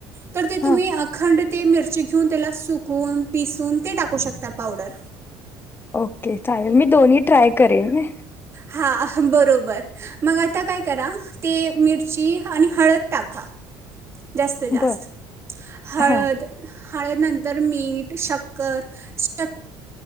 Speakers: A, on the right; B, on the left.
A: तर
B: हा
A: तुम्ही अखंड ते मिरची घेऊन त्याला सुकवून पिसून ते टाकू शकता पावडर.
B: ओके चालेल, मी दोन्ही ट्राय करेन
A: हा, बरोब व, मग आता काय करा, ते मिरची आणि हळद टाका. जास्त जास्त,
B: बर
A: हळद
B: हा
A: हळदनंतर मीठ, शक्कर स्टक